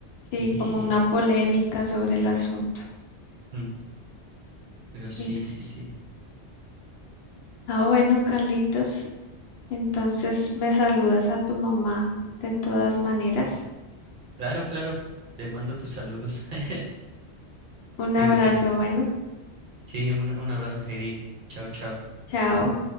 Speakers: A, on the left; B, on the right.
A: sí,
B: Y,
A: como una polémica sobre el asunto.
B: mm, pero
A: Sí,
B: sí,
A: así.
B: sí, sí.
A: Ah, bueno, Carlitos, entonces me saludas a tu mamá de todas maneras.
B: Claro, claro. le mando tus saludos. <laughs>
A: Un abrazo,
B: Digo que
A: bueno,
B: sí, un, un abrazo, Heidi. Chao, chao.
A: chao.